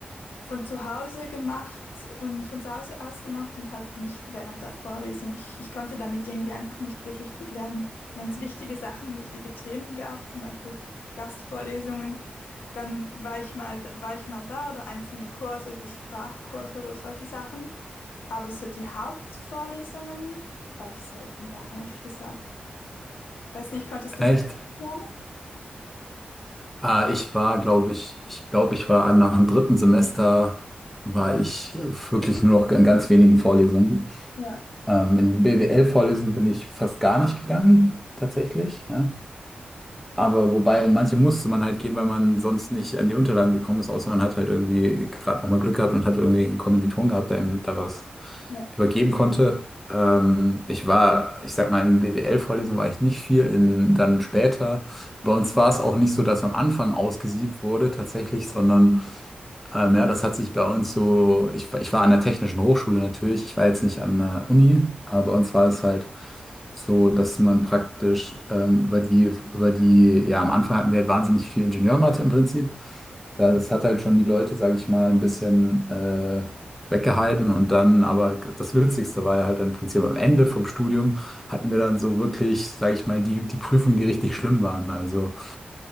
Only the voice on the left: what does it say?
von zu Hause gemacht und von zu Hause aus gemacht und halt nicht während der Vorlesung. Ich, ich konnte damit irgendwie einfach nicht wirklich gut lernen. Wenn es wichtige Sachen, wichtige Themen gab, zum Beispiel Gastvorlesungen, dann war ich mal, war ich mal da oder einzelne Kurse, so Sprachkurse oder solche Sachen. Aber so die Hauptvorlesungen war ich selten da, ehrlich gesagt. Ich weiß nicht, konntest
du gut lernen?
Ja,
ja,